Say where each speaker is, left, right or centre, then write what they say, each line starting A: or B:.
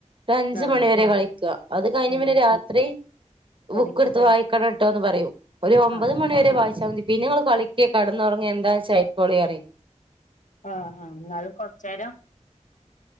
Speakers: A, on the right; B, on the left.
A: ഒരഞ്ച്
B: ആഹ്
A: മണി വെരേ
B: ആഹ്
A: കളിക്കാ അത് കയ്ഞ്ഞ്
B: ഉം
A: പിന്നെ രാത്രി
B: പഠിക്ക
A: ബുക്ക്ട്ത്ത് വായിക്കണം ട്ടോന്ന് പറയും ഒരു ഒമ്പത്
B: ആഹ്
A: മണിവെരേ വായിച്ചാ മതി പിന്നെ ഇങ്ങെള് കളിക്കേ കടന്നൊർങ്ങേ എന്താച്ചായ്ക്കോളീ പറയും
B: ആഹ് ആഹ് ന്നാലും കൊർച്ചേരം